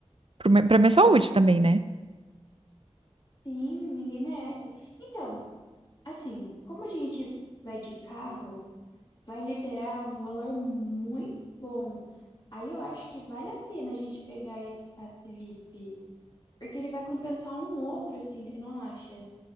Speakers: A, on the right; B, on the left.
A: pro me- pra minha saúde também, né?
B: Sim, ninguém merece. Então, assim, como a gente vai de carro, vai liberar um valor muito bom. Aí eu acho que vale a pena a gente pegar esse passe VIP, porque ele vai compensar um outro, assim, você não acha?